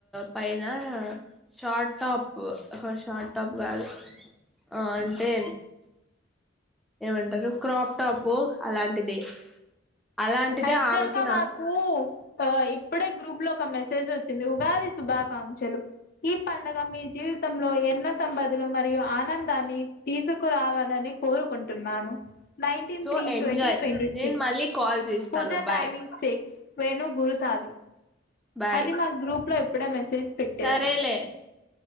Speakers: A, in the centre; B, on the left.
A: పైన షార్ట్ టాప్ షార్ట్ టాప్ కాదు ఆ అంటే ఏమంటారు. క్రాప్ టాప్ అలాంటిది. అలాంటిదే
B: అక్చువల్
A: ఆమెకి
B: గా మాకు
A: నాకు
B: ఆ ఇప్పుడే గ్రూప్ లో ఒక మెసేజ్ వోచ్చింది. ఉగాది శుభాకాంక్షలు. ఈ పండుగ మీ జీవితంలో ఎన్నో సంపదలు మరియు ఆనందాన్ని తీసుకురావాలని కోరుకుంటున్నాను. Nineteen
A: so
B: three twenty
A: enjoy
B: twenty
A: నేను
B: సిక్స్
A: మళ్ళీ కాల్ చేస్తాను
B: Pooja
A: bye
B: timing six Venu Guru Sadhan
A: bye
B: అన్ని మా గ్రూప్ లోప్పుడే మెసేజ్ పెట్టారు
A: సరేలే